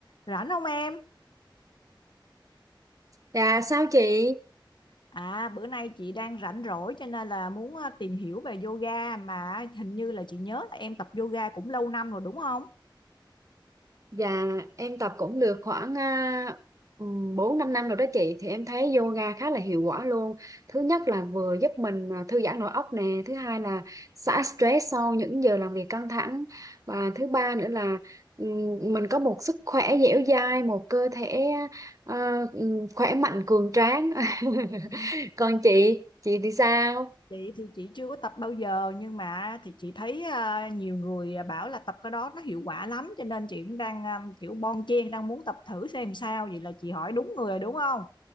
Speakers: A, on the left; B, on the right.
A: Rảnh không em?
B: Dạ sao chị?
A: À bữa nay chị đang rảnh rỗi cho nên là muốn ờ, tìm hiểu về yoga mà hình như là chị nhớ là em tập yoga cũng lâu năm rồi đúng không?
B: Dạ em tập cũng được khoảng à, ừm, 4 năm rồi đó chị Thì em thấy yoga khá là hiệu quả luôn Thứ nhất là vừa giúp mình à, thư giãn nội óc nè Thứ hai là xả stress sau những giờ làm việc căng thẳng Và thứ ba nữa là ừm, mình có một sức khỏe dẻo dai Một cơ thể à, ừm, khỏe mạnh cường tráng <laughs>
A: Ừ.
B: Còn chị, chị thì sao?
A: Chị thì chị chưa có tập bao giờ nhưng mà thì chị thấy ờ, nhiều người à, bảo là tập cái đó nó hiệu quả lắm cho nên chị cũng đang ờ, kiểu bon chen đang muốn tập thử xem sao vậy là chị hỏi đúng người rồi đúng không?